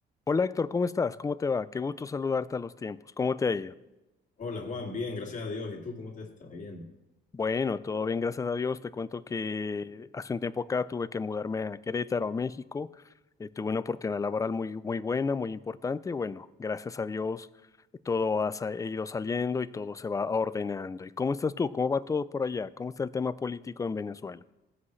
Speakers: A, on the left (about 15°); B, on the left (about 40°).
A: Hola Héctor, ¿cómo estás? ¿Cómo te va? Qué gusto saludarte a los tiempos. ¿Cómo te ha ido?
B: Hola Juan, bien, gracias a Dios. ¿Y tú cómo te está yendo?
A: Bueno, todo bien, gracias a Dios. Te cuento que hace un tiempo acá tuve que mudarme a Querétaro, a México. Eh, tuve una oportunidad laboral muy, muy buena, muy importante. Bueno, gracias a Dios todo ha sa- ido saliendo y todo se va ordenando. ¿Y cómo estás tú? ¿Cómo va todo por allá? ¿Cómo está el tema político en Venezuela?